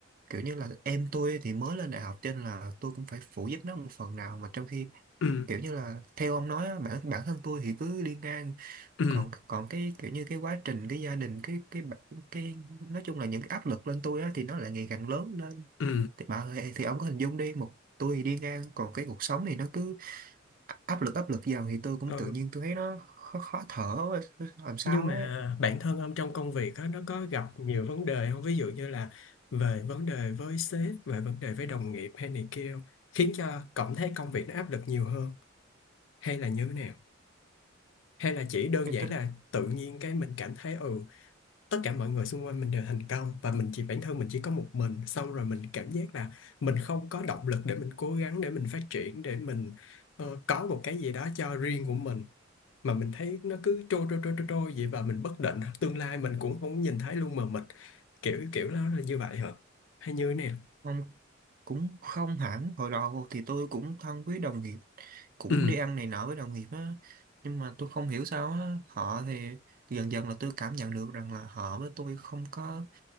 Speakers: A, on the right (about 45°); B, on the left (about 70°).
A: kiểu như là em tôi thì mới lên đại học cho nên là tôi cũng phải phụ giúp nó một phần nào mà trong khi
B: ừ
A: kiểu như là theo ông nói á, bản bản thân tôi thì cứ đi ngang
B: ừ
A: còn còn cái kiểu như cái quá trình cái gia đình cái cái bả- cái nói chung là những cái áp lực lên tôi á thì nó lại ngày càng lớn lên
B: ừ
A: thì bà ơi, thì ông có hình dung đi một tôi thì đi ngang còn cái cuộc sống thì nó cứ áp lực áp lực vào thì tôi cũng
B: Ờ,
A: tự nhiên tôi thấy nó khó, khó thở quá, làm sao
B: nhưng mà
A: ấy
B: bản thân ông trong công việc á, nó có gặp nhiều vấn đề không ví dụ như là về vấn đề với sếp về vấn đề với đồng nghiệp hay này kia không khiến cho cảm thấy công việc nó áp lực nhiều hơn hay là như thế nào hay là chỉ đơn
A: tôi
B: giản
A: tin
B: là tự nhiên cái mình cảm thấy ừ tất cả mọi người xung quanh mình đều thành công và mình chỉ bản thân mình chỉ có một mình xong rồi mình cảm giác là mình không có động lực để mình cố gắng để mình phát triển để mình ờ, có một cái gì đó cho riêng của mình mà mình thấy nó cứ trôi trôi trôi trôi trôi vậy và mình bất định tương lai mình cũng không nhìn thấy luôn mà mình kiểu kiểu nó là như vậy hả hay như thế này
A: ông cũng không hẳn hồi đầu thì tôi cũng thân với đồng nghiệp cũng
B: ừ
A: đi ăn này nọ với đồng nghiệp á nhưng mà tôi không hiểu sao á họ thì dần dần là tôi cảm nhận được rằng là họ với tôi không có